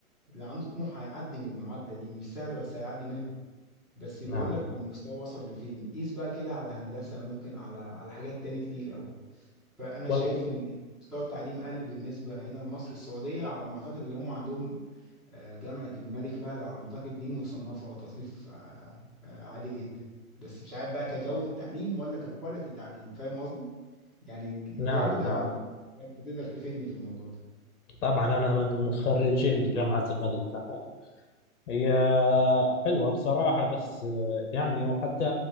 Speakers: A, in the centre; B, on the left.
A: اللي عنده طموح هيعدي من المعادلة دي مش سهلة بس هيعدي منها بس بقول
B: نعم
A: لك
B: نعم
A: المستوى وصل لفين قيس بقى كده على هندسة ممكن على على حاجات تاني كتير قوي فانا
B: والله
A: شايف ال- مستوى التعليم قل بالنسبة هنا لمصر السعودية على ما اعتقد اللي هم عندهم آه، جامعة الملك فهد على ما أعتقد دي مصنفة تصنيف آه، آه، عالي جدا بس مش عارف بقى كجودة تعليم ولا ككواليتي تعليم فاهم قصدي؟ يعني الجودة
B: نعم نعم
A: ولا أنت تقدر تفيدني في الموضوع ده
B: طبعا انا من مخرجين جامعة الملك فهد هي
A: كويس.
B: حلوة بصراحة بس آه، يعني وحتى